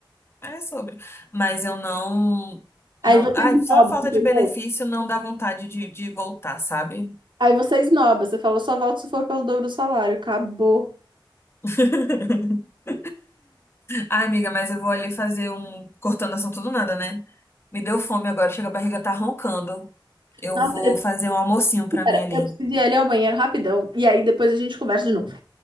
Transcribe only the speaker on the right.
Aí
você
esnoba,
entendeu?
Aí você esnoba, você fala, só volto se for pelo dobro do salário. Acabou.
Nossa,
eu
Cara,
eu preciso ir ali ao banheiro rapidão. E aí depois a gente conversa de novo.